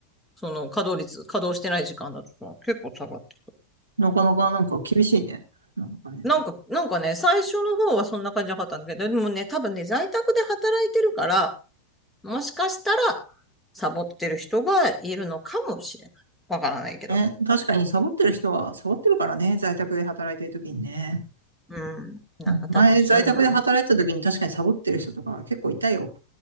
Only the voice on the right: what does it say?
なかなかなんか厳しいね。なんかね。
ね、確かにサボってる人はサボってるからね。在宅で働いてる時にね。
うん、前、在宅で働いてた時に確かにサボってる人とか結構いたよ。